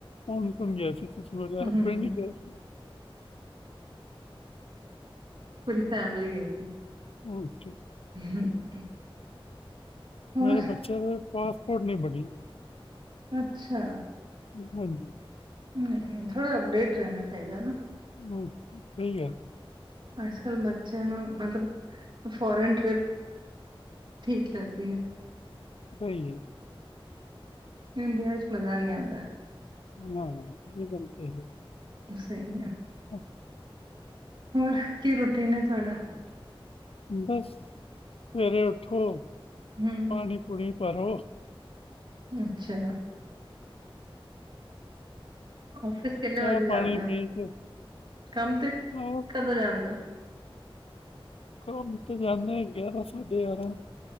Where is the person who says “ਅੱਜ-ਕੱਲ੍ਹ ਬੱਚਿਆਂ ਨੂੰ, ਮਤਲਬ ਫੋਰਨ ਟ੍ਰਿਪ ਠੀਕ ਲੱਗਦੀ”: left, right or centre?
Right